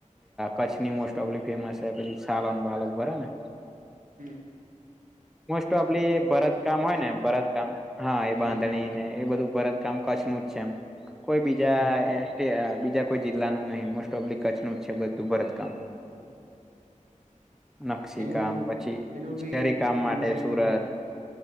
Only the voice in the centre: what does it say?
કચછની મોસ્ટ ઓફલી ફેમસ છે, પછી સાલન બાલક બરા ને
મોસ્ટ ઓફ આપ ભરત કામ હોય ને ભરત કામ હા એ બાંધણીને
એ બધું ભરત કેમ કચ્છ નું જ છે, એમ કોઈ બીજા
બીજા કોઈ જિલ્લાનું નહીિ મોસ્ટ ઓફ કચ્છ નું જ છે, બધું ભરતકામ
નકશી
કામ પછી
જરી કામ
માટે સુરત